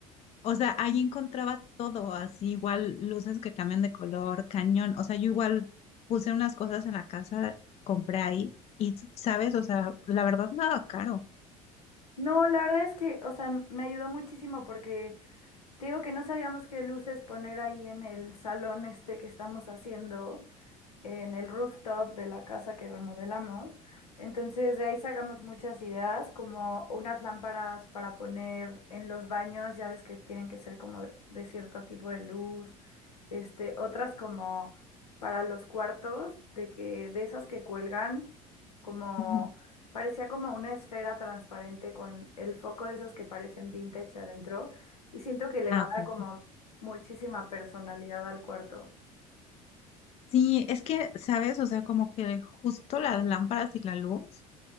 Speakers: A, on the left; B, on the left.
A: O sea, ahí encontraba todo, así igual luces que cambian de color, cañón. O sea, yo igual puse unas cosas en la casa, compré ahí y, ¿sabes? O sea, la verdad, nada caro.
B: No, la verdad es que, o sea, me ayudó muchísimo porque te digo que no sabíamos qué luces poner ahí en el salón este que estamos haciendo. en el rooftop de la casa que remodelamos. Entonces de ahí sacamos muchas ideas, como unas lámparas para poner en los baños, ya ves que tienen que ser como de, de cierto tipo de luz, este, otras como para los cuartos, de que de esas que cuelgan, como
A: Ujú.
B: parecía como una esfera transparente con el foco de esos que parecen vintage adentro, y siento que le
A: Ah,
B: va a
A: ok.
B: dar como muchísima personalidad al cuarto.
A: Sí, es que, ¿sabes? O sea, como que justo las lámparas y la luz